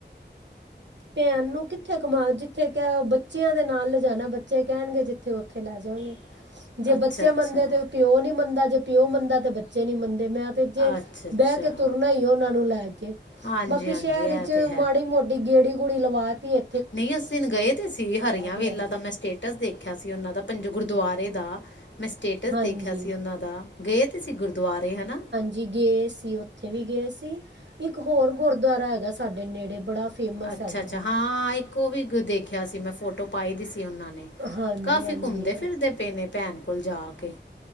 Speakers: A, on the right; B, on the left.
A: ਭੈਣ ਨੂੰ ਕਿੱਥੇ ਘੁਮਾ ਜਿੱਥੇ ਕਿਹਾ ਬੱਚਿਆਂ ਦੇ ਨਾਲ ਲੈ ਜਾਣਾ ਬੱਚੇ ਕਹਿਣਗੇ ਜਿੱਥੇ ਓਥੇ ਲੈ ਜਾਂਗੇ।
B: <inaudible>
A: ਜੇ ਬੱਚੇ
B: ਅੱਛਾ
A: ਮੰਨਦੇ ਤੇ ਪਿਓ ਨੀ ਮੰਨਦਾ, ਜੇ ਪਿਉ ਮੰਨਦਾ ਤੇ ਬੱਚੇ ਨੀ ਮੰਨਦੇ। ਮੈਂ ਤੇ ਜੇ
B: ਅੱਛਾ ਅੱਛਾ
A: ਬੈ ਕੇ ਤੁਰਨਾ ਈ ਓਹਨਾ ਨੂੰ ਲੈ ਕੇ।
B: ਹਾਂਜੀ
A: ਬਾਕੀ
B: ਹਾਂਜੀ
A: ਸ਼ਹਿਰ
B: ਇਹ
A: ਇਚ
B: ਤੇ
A: ਮਾੜੀ-ਮੋਟ ਟੀ ਗੇੜੀ-ਗੂੜੀ ਲਵਾ ਤੀੇ ਏ।
B: ਨੀ ਅਸੀਂ ਉਸ ਦਿਨ ਗਏ ਦੇ ਸੀ, ਹਰੀਆਂ ਵੇਲਾ
A: ਲਿਆਏ
B: ਦਾ ਮੈਂ ਸਟੇਟ ਟਸ ਦੇਖਿਆ ਸੀ ਓਹਨਾਂ ਦਾ, ਪੰਜ ਗੁਰਦੁਆਰੇ ਦਾ। ਮੈਂ ਸਟੇਟਸ
A: ਹਾਂਜੀ
B: ਦੇਖਿਆ ਸੀ ਔਨਾਂ ਦਾ, ਗਏ ਦੇ ਸੀ ਗੁਰਦੁਆਰੇ ਹੈਨਾ।
A: ਜੀ ਗਏ ਸੀ ਓਥੇ ਵੀ ਗਏ ਸੀ, ਇੱਕ ਹੋਰ ਗੁਰਦਵਾਰਾ ਹੈਗਾ ਸਾਡੇ ਨੇੜੇ ਬੜਾ ਫੇਮਸ
B: ਅੱਛਾ-ਅੱਛਾ,
A: ਹੈਗਾ ਵੇ
B: ਹਾਂ ਇੱਕ ਓਹ ਵੀ ਦੇਖਿਆ ਸੀ ਮੈਂ ਫੋਟੋ ਪਾਈ ਦੀ ਸੀ ਓਨਾਂ ਨੇ।
A: ਹਾਂਜੀ
B: ਕਾਫੀ
A: ਹਾਂਜੀ
B: ਘੁੰਮਦੇ-ਫਿਰਦੇ ਪੇ ਨੇ ਭੈਣ ਕੋਲ ਜਾ ਕੇ।